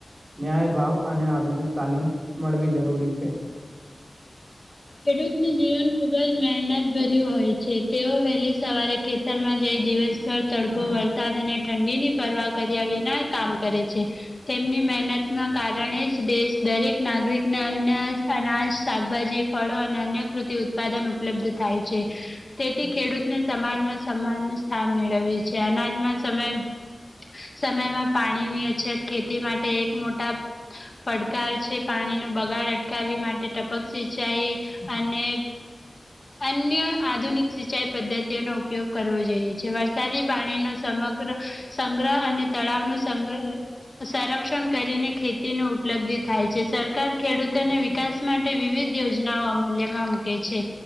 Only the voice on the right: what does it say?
ન્યાય ભાવ અને આધુનિક તાલીમ મળવી જરૂરી છે.